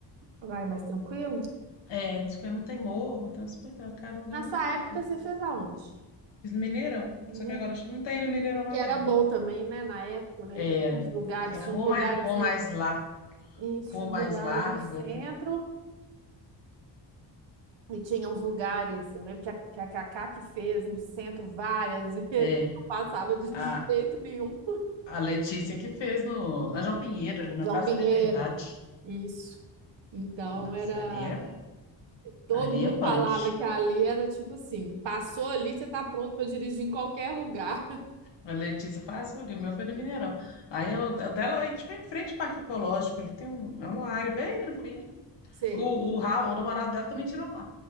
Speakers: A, on the right; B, on the left.
A: Lá é mais tranquilo?
B: É, diz que não tem morro, então é super tranquilo, cara, é um lugar
A: Na
B: muito
A: sua
B: tranquilo.
A: época, você fez aonde?
B: Fiz no Mineirão,
A: Mineirão.
B: só que agora acho que não tem no Mineirão mais,
A: Que era
B: não.
A: bom também, né? Na época, eu lembro
B: É,
A: que tinha uns lugares,
B: é
A: tinha
B: a rua
A: uns lugares
B: mais, rua mais, lar,
A: Isso,
B: rua
A: tinha uns
B: mais
A: lugares
B: larga,
A: no centro
B: tá?
A: e tinha uns lugares. Eu lembro que a, que a Cacá que fez no centro várias <laughs> vezes,
B: é,
A: não passava de
B: a,
A: jeito nenhum.
B: a Letícia que fez no, na João Pinheiro, ali na
A: João
B: Praça
A: Pinheiro,
B: da Liberdade.
A: isso. Então
B: Nossa,
A: era.
B: ali é
A: Todo
B: Ali
A: mundo
B: é punk.
A: falava que ali era tipo assim: passou ali, você tá pronto para dirigir em qualquer lugar.
B: A Letícia passa ali, o meu foi no Mineirão. Aí eu, a dela, aí, tipo, em frente ao Parque Ecológico, ali tem um, é uma área bem tranquila.
A: <laughs> Sei.
B: O, o, Ra- o namorado dela também tirou lá.